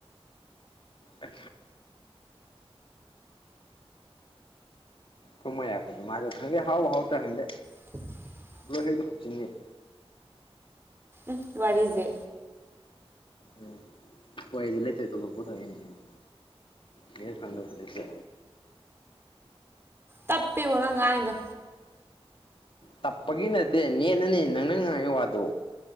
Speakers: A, on the left (about 55°); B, on the right (about 20°).
A: ꯑ ꯊꯨꯝꯃꯣꯏ ꯌꯥꯀꯣ ꯃꯥ ꯈꯪꯗꯦ ꯍꯥꯎ ꯍꯥꯎ ꯇ ꯈꯪꯗꯦ
B: ꯕꯣꯏꯆ ꯇꯥꯗꯦ ꯃꯒꯤꯁꯦ
A: ꯂ ꯍꯒ ꯆꯅꯤ
B: ꯎ ꯋꯥꯔꯤꯖꯦ
A: ꯎꯝ ꯍꯣꯏ ꯑꯗꯨ ꯂꯩꯇ꯭ꯔꯣꯏ ꯇꯣꯊꯣꯛ ꯄꯨꯊꯣꯛꯏꯅꯦꯟꯅ ꯍꯟꯅ ꯈꯪꯗꯕꯁꯨꯁꯦ
B: ꯇꯞꯄꯤꯕꯣ ꯅꯪ ꯉꯥꯏꯗꯣ
A: ꯇꯞꯄꯒꯤ ꯅꯠꯇꯦ ꯅꯦꯠꯅꯅꯤ ꯅꯪꯅ ꯉꯥꯡꯥꯏ ꯋꯥꯗꯣ